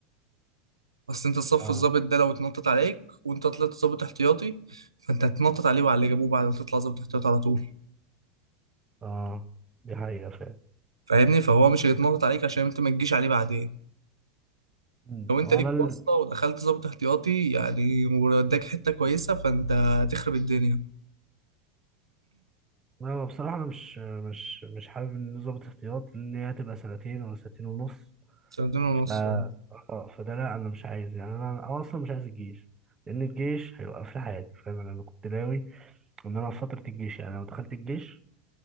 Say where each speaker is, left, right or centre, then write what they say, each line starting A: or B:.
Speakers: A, on the right; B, on the right.
A: اصل انت صف
B: اه
A: الضابط ده لو اتنطط عليك وانت طلعت ضابط احتياطي فانت هتنطط عليه وعلى اللي جابوه بعد ما تطلع ضابط احتياطي على طول
B: اه دي حقيقة فعلا
A: فاهمني فهو مش هيتنطط عليك عشان انت ما تجيش عليه بعدين
B: مم.
A: لو انت
B: وانا
A: ليك
B: ال...
A: واسطة ودخلت ضابط احتياطي يعني واداك حتة كويسة فانت هتخرب الدنيا
B: انا بصراحة انا مش مش مش حابب ان ظابط احتياط لان هي هتبقى سنتين ولا سنتين ونص
A: هتخرب الدنيا ونص
B: ف اه
A: اه
B: فده لا انا مش عايز يعني انا أنا اصلا مش عايز الجيش لان الجيش هيوقف لي حياتي فاهم انا أنا كنت ناوي ان انا في فترة الجيش يعني لو دخلت الجيش